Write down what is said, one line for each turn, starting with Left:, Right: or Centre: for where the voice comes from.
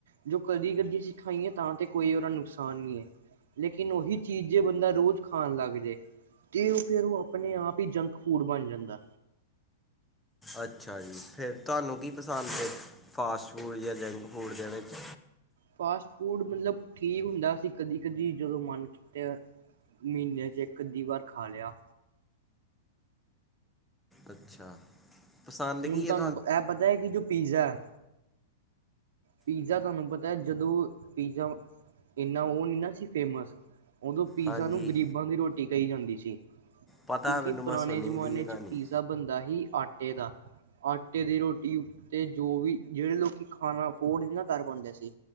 Right: ਜੋ ਕਦੀ ਕਦੀ ਅਸੀਂ ਖਾਈਏ ਤਾਂ ਤੇ ਕੋਈ ਔਦਾ ਨੁਕਸਾ ਸਾਨ ਨੀ ਐ, ਲੇਕਿਨ ਓਹੀ ਚੀਜ਼ ਜੇ ਬੰਦਾ ਰੋਜ਼ ਖਾਣ ਲੱਗ ਜੇ ਤੇ ਔ ਫੇਰ ਓਹ ਅਪਣੇ ਆਪ ਈ ਜੰਕ ਫੂਡ ਬਣ ਜਾਂਦੈ।
Centre: ਅੱਛਾ ਜੀ, ਫੇਰ ਤੁਹਾਨੂੰ ਕੀ ਪਸੰਦ ਏ ਫਾਸਟ ਫੂਡ ਯਾ ਜੰਕ ਫੂਡ ਦੇ ਵਿੱਚ?
Right: ਫਾਸਟ ਫੂਡ, ਮਤਲਬ ਠੀਕ ਹੁੰਦਾ ਅਸੀ ਕਦੀ ਕਦੀ ਜਦੋਂ ਮਨ ਕੀਤਾ ਮ੍ਹੀਨੇ ਚ ਏੱਕ ਅੱਧੀ ਵਾਰ ਖਾ ਲਿਆ।
Centre: ਅੱਛਾ ਪਸੰਦ
Right: ਹੁਣ
Centre: ਕੀ
Right: ਤੁਹਾਨੂੰ
Centre: ਹੈ
Right: ਐਹ ਪਤਾ ਹੈ ਕਿ ਜੋ ਪੀਜ਼ਾ ਐ ਪੀਜ਼ਾ ਤੁਹਾਨੂੰ ਪਤਾ ਜਦੋਂ ਪੀਜ਼ਾ ਇਨਾ ਓਹ ਨੀ ਨਾ ਸੀ ਫੇਮਸ‌। ਓਦੋਂ ਪੀਜ਼ਾ
Centre: ਹਾਂਜੀ
Right: ਨੂੰ ਗ਼ਰੀਬਾਂ ਦੀ ਰੋਟੀ ਕਈ ਜਾਂਦੀ ਸੀ।
Centre: ਪਤਾ
Right: ਕਿਉਂਕਿ
Centre: ਹੈ ਮੈਨੂੰ
Right: ਪੁਰਾਣੇ
Centre: ਮੈਂ ਸੁਣੀ
Right: ਜ਼ਮਾਨੇ
Centre: ਦੀ ਇਹ ਕਹਾਣੀ
Right: ਚ ਪੀਜ਼ਾ ਬਣਦਾ ਹੀ ਆਟਾ ਏਦਾ, ਆਟੇ ਦੀ ਰੋਟੀ ਉਤੇ ਜੋਵੀ ਜੇੜੇ ਲੋਕੀ ਖਾਣਾ ਫੋਰਡ ਨੀ ਕਰ ਪਾਂਦੇ ਸੀ,